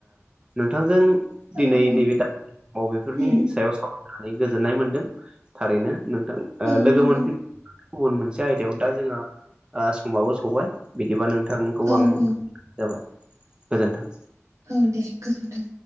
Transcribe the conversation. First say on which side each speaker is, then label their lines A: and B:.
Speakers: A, on the right; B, on the right.
A: नोंथांजों
B: औ
A: दिनै
B: औ
A: नैबे द अबेफोरनि
B: उम
A: सायाव सावरायनानै गोजोननाय मोनदों थारैनो नोंथां
B: औ
A: लोगो
B: नंगौ
A: मोनफि गुबुन मोनसे आयदायाव दा जोंहा समाबो सौबाय बिदिबा नोंथांखौ
B: औ
A: आं
B: औ
A: जाबाय गोजोन्थों
B: औ दे गोजोन्थों